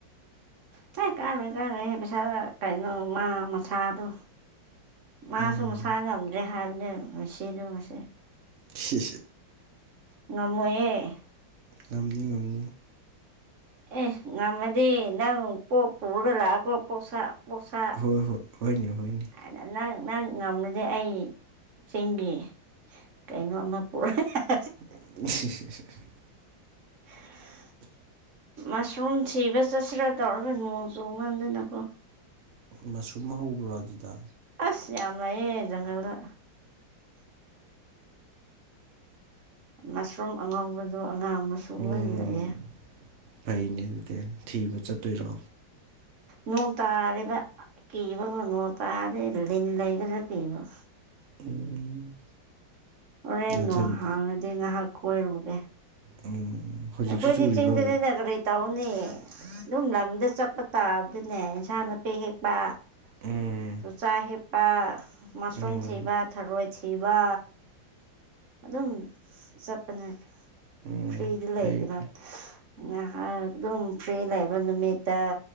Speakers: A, on the right (about 55°); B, on the right (about 80°).
A: ꯁ ꯀꯥꯟꯅꯩ ꯀꯥꯅꯩ ꯄꯩꯁꯥ ꯀꯩꯅꯣ ꯃꯥ ꯃꯁꯥꯗꯨ ꯃꯥꯁꯨ
B: ꯎꯝ
A: ꯃꯁꯥ ꯉꯝꯗ꯭ꯔꯦ ꯍꯥꯏꯕꯅꯦ ꯃꯁꯤꯗꯨ ꯉꯁꯤ
B: ꯁꯤ
A: ꯉꯃꯑꯦ
B: ꯉꯝꯅꯤ ꯉꯝꯅꯤ
A: ꯑꯦ ꯉꯃꯗꯤ ꯏ ꯏ ꯄ ꯄꯨꯔ ꯂ ꯄꯣ ꯄꯣꯁ ꯄꯣꯁꯥ
B: ꯍꯣꯏ ꯍꯣꯏ ꯍꯣꯏꯅꯦ ꯍꯣꯏꯅꯦ
A: ꯑꯅꯅ ꯅ ꯉꯝꯂꯗꯤꯦ ꯑꯩ ꯆꯤꯡꯒꯤ ꯀꯩꯅꯣ ꯑꯃ ꯄꯨꯔꯛꯑꯦ
B: <unintelligible>
A: <unintelligible> ꯃꯁꯔꯨꯝ ꯊꯤꯕ ꯆꯠꯁꯤꯔꯥ ꯇꯧꯔꯒ ꯅꯣꯡ ꯆꯣꯡ ꯉꯥꯟꯗꯅꯀꯣ
B: ꯃꯁꯨꯝ ꯍꯧꯕ꯭ꯔꯣ ꯑꯗꯨꯗ
A: ꯑꯁ ꯌꯥꯝ ꯂꯩꯌꯦ ꯖꯪꯒꯜꯗ ꯃꯁꯔꯨꯝ ꯑꯉꯧꯕꯗꯣ ꯑꯉꯥꯡꯕꯁꯨ
B: ꯎꯝ
A: ꯂꯣꯏ ꯂꯩꯌꯦꯦ
B: ꯐꯩꯅꯦ ꯑꯗꯨꯗꯤ ꯊꯤꯕ ꯆꯠꯇꯣꯏꯔꯣ
A: ꯅꯣꯡ ꯇꯥꯔꯕ ꯀꯕ ꯅꯣꯡ ꯇꯥꯔꯦ ꯂꯤ ꯂꯩꯒ꯭ꯔ ꯀꯕ <unintelligible>
B: ꯎꯝ
A: ꯍꯣꯔꯦꯟ
B: ꯅꯊꯟ
A: ꯅꯣ ꯍꯥꯡꯉꯗꯤ ꯉꯥꯏꯍꯥꯛ ꯀꯣꯏꯔꯨꯒꯦ
B: ꯎꯝ ꯍꯧꯖꯤꯛꯁꯨ
A: ꯈꯣꯏꯗꯤ
B: ꯆꯨꯔꯤꯕꯕ
A: ꯆꯤꯡꯗꯅꯦꯅꯦꯔꯔꯤꯇ ꯀꯧꯅꯦ ꯑꯗꯨꯝ ꯂꯝꯗ ꯆꯠꯄ ꯇꯥꯕꯗꯤꯅꯦ ꯏꯟꯁꯥꯡ ꯅꯄꯤ ꯍꯦꯛꯄ
B: ꯎꯝ
A: ꯆꯨꯆꯥꯥꯛ ꯍꯤꯞꯄ ꯃꯣꯁꯔꯨꯝ
B: ꯎꯝ
A: ꯊꯤꯕ ꯊꯔꯣꯏ ꯊꯤꯕ ꯑꯗꯨꯝ ꯆꯠꯄꯅꯦ
B: ꯎꯝ
A: ꯐꯔꯤ ꯏꯂ
B: ꯐꯩ
A: ꯏꯗꯤ ꯃꯥ
B: ꯐꯩ
A: <inaudible> ꯉꯥꯏꯍꯥꯛ ꯑꯗꯨꯝ ꯐ꯭ꯔꯤ ꯂꯩꯕ ꯅꯨꯃꯤꯠꯇ